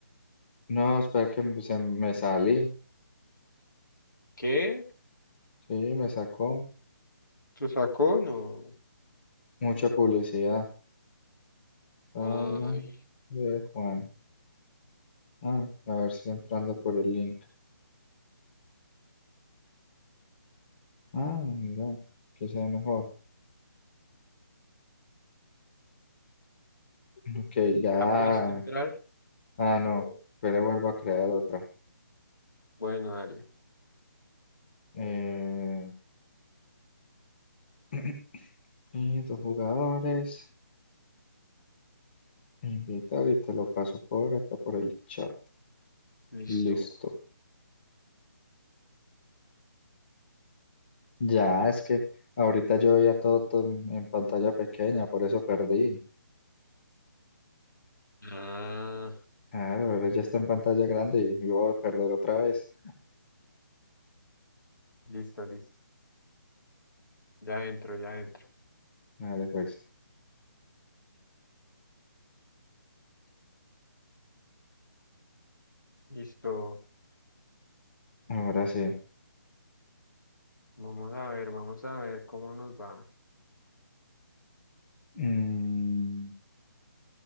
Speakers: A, on the left; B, on the left.
A: No, espera que me- se me salí.
B: ¿Qué?
A: Sí, me sacó
B: ¿Lo sacó? No.
A: mucha publicidad. Sala
B: Ay,
A: de Juan. Ah, a ver si entrando por el link. Ah, mira, que sea mejor. Ok, ya.
B: ¿ya pudiste entrar?
A: Ah, no. Pero vuelvo a crear otra.
B: Bueno, dale.
A: Eh, <clears throat> y dos jugadores. Invitar y te lo paso por acá por el chat.
B: Listo.
A: Listo. Ya, es que ahorita yo veía todo, todo en en pantalla pequeña, por eso perdí.
B: Ah,
A: Claro, ahora ya está en pantalla grande y yo voy a perder otra vez.
B: Listo, listo. Ya entro, ya entro.
A: Dale, pues.
B: Listo.
A: Ahora sí.
B: Vamos a ver, vamos a ver cómo nos va.
A: Mm,